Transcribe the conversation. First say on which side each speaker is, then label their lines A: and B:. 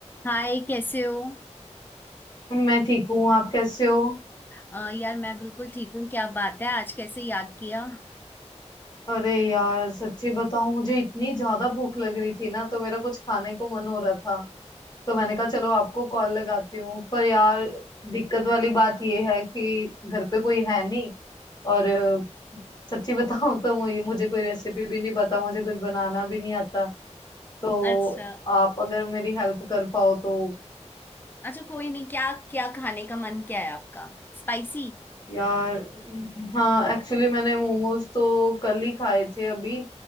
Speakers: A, on the left; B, on the left.
A: हाय कैसे हो
B: मैं ठीक हूँ आप कैसे हो
A: अ, यार मैं बिल्कुल ठीक हूँ क्या बात है आज कैसे याद किया
B: अरे यार सच्ची बताऊं मुझे इतनी ज्यादा भूख लग रही थी ना तो मेरा कुछ खाने को मन हो रहा था तो मैंने कहा चलो आपको कॉल लगाती हूँ पर यार दिक्कत वाली बात ये है कि घर पे कोई है नहीं और अ, सच्ची बताऊं तो मुझे मुझे कोई रेसिपी भी नहीं पता मुझे कुछ बनाना भी नहीं आता तो
A: अच्छा
B: आप अगर मेरी हेल्प कर पाओ तो
A: अच्छा कोई नहीं क्या क्या खाने का मन क्या है आपका स्पाइसी
B: यार हाँ एक्चुअली मैंने मोमोज तो कल ही खाए थे अभी